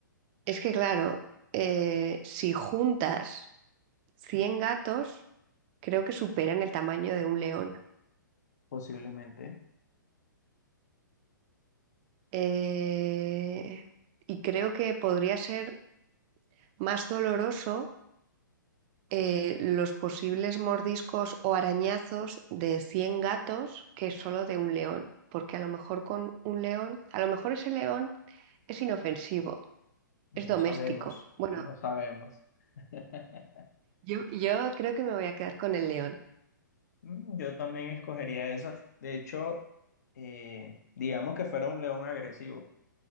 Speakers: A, on the right; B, on the left.
A: Es que claro, eh, si juntas 100 gatos, creo que superan el tamaño de un león.
B: posiblemente.
A: Eh, y creo que podría ser más doloroso eh, los posibles mordiscos o arañazos de 100 gatos que solo de un león. Porque a lo mejor con un león, a lo mejor ese león es inofensivo,
B: No
A: es doméstico.
B: sabemos,
A: Bueno,
B: no sabemos. <laughs>
A: yo, yo creo que me voy a quedar con el león.
B: Mm, Yo también escogería esa. De hecho, eh, digamos que fuera un león agresivo.